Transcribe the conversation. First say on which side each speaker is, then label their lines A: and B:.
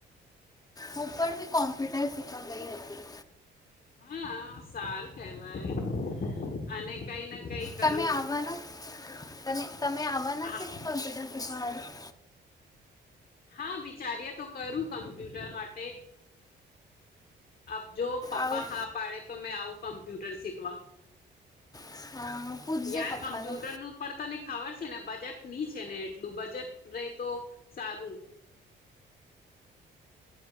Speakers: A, on the left (about 20°); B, on the left (about 50°).
A: હું પણ બી કોમ્પ્યુટર શીખવા ગઈ હતી.
B: હા સારું કહેવાય અને કઈ ને કંઈ
A: તમે
B: કરું
A: આવવાના તમે-તમે આવવાના
B: હા
A: છે કોમ્પ્યુટર શીખવાળું?
B: હા, બિચારીએ તો કરું કમ્પ્યુટર માટે અબ જો પપ્પા
A: આવું
B: હા પાડે તો મે આઉ કમપ્યુટર સીખવા.
A: અ, પૂછજે
B: યાર
A: પપ્પાને
B: કમ્પ્યુટર નું પણ તને ખબર છે ને બજટ ની છે ને એટલું બજેટ રે તો સારું.